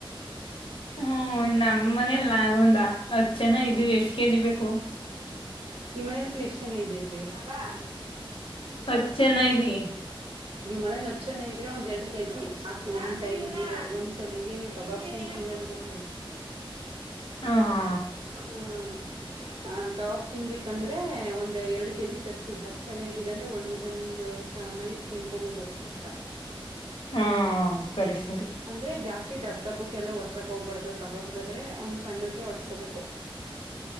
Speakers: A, on the left; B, on the right.
A: ಹ್ಮ್ ನಮ್ಮ್ ಮನೆಲ್ಲಾ ಹತ್ತು ಜನ ಇದೀವಿ ಎಷ್ಟ್ ಕೆಜಿ ಬೇಕು
B: ನಿಮ್ಮ ಮನೆ ಎಷ್ಟ ಜನ ಇದ್ದೀರಿ <unintelligible>
A: ಹತ್ ಜನ ಇವಿ
B: ನೀವ್ ಮನೇಲಿ ಹತ್ ಜನಾ ಇದ್ರೆ ಒಂದ್ ಎರಡ್ ಕೆಜಿ ಸಾಕ ಒಂದ್ ಟೈಮ್ಗೆ ಒಂದ್ ಸಲಿಗೆ ನೀವು ಕಬಾಬ್ ತಿಂತೀವಿ <unintelligible>
A: ಹ ಹಾ
B: ಹ್ಮ ಆ ಕಬಾಬ ತಿನ್ಬೇಕಂದ್ರೆ ಒಂದ್ ಎರಡು ಕೆಜಿ ತರ್ಸಿ ಹತ್ ಜನಾ ಇದ ಇಂದ್ರೆ ಒ ಒಂದ್ ಸಮಯಕ್ ತಿನ್ಕೋಬಹದು ಅಷ್ಟ
A: ಹಾ ಸರಿ ಸರಿ
B: ಅಂದ್ರೆ ಜಾಸ್ತಿ ದಪ್ಪ ದಪ್ಪಕ್ಕೆ ಎಲ್ಲ ಒಡ್ಸಕ್ ಹೋಗ್ಬಾರಡ್ದು ಕಬಾಬ್ಗಾದ್ರೆ ಒಂದ್ ಸಣ್ಣಕ್ಕೆೆ ಒಡ್ಸ್ಕೊಬೇಕು <unintelligible>